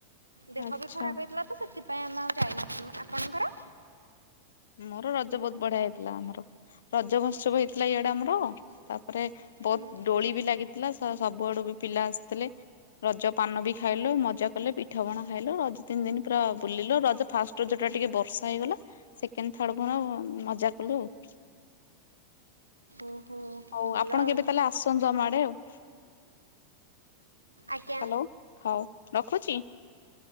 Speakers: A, on the right; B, on the left.
A: ଦେହ
B: ଆଚ୍ଛା
A: ବି ଖରାପ ହେଇଥିଲା ତ ସେଥିପାଇଁ ଆମେ ଆଉ ଯାଇନଥିଲୁ। ଆପଣଙ୍କର?
B: ମୋର ରଜ ବହୁତ ବଢିଆ ହେଇଥିଲା ଆମର। ରଜ ମହୋତ୍ସବ ହେଇଥିଲା ଇଆଡେ ଆମର। ତା ପ ପରେ
A: ହୁଁ
B: ବହୁତ ଡୋଳି ବି ଲାଗିଥିଲା। ସବୁଆଡୁ ବି ପିଲା ଆସିଥିଲେ। ରଜ ପାନ ବି ଖାଇଲୁ ମଜା କଲେ ପିଠା ପଣା ଖାଇଲୁ ରଜ ତିନି ଦିନ ପୁରା ବୁଲିଲୁ ରଜ ଫାଷ୍ଟ। ରଜ ଟା ଟିକେ ବର୍ଷା ହେଇଗଲା। କେମତି ଥଡ ଫର ମଜା କଲୁ ଆଉ।
A: ଓହୋ।
B: ହଉ
A: ଭଲ
B: ଆପଣ
A: ଆଉ
B: କେବେ ତାହେଲେ ଆସନ୍ତୁ ଆମ ଆଡେ ଆଉ।
A: ଆଜ୍ଞା
B: ହ୍ୟାଲୋ। ହଉ ରଖୁଛି।